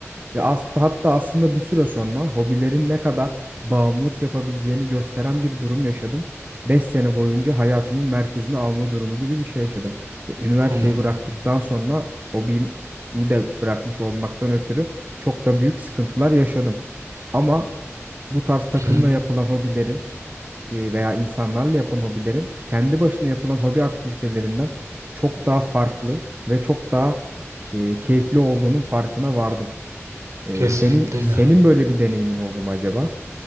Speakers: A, on the right; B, on the right.
A: Ve hasta, hatta aslında bir süre sonra hobilerin ne kadar bağımlılık yapabileceğini gösteren bir durum yaşadım. 5 sene boyunca hayatımın merkezine alma durumu gibi bir şey yaşadım. Ve üniversiteyi
B: Anladım.
A: bıraktıktan sonra hobimi de bırakmış olmaktan ötürü çok da büyük sıkıntılar yaşadım. Ama bu tarz takımla
B: Hı,
A: yapılan hobilerin e, veya insanlarla yapılan hobilerin kendi başına yapılan hobi aktivitelerinden çok daha farklı ve çok daha e, keyifli olduğunun farkına vardım. Ee,
B: kesinlikle
A: senin
B: öyle.
A: senin böyle bir deneyimin oldu mu acaba?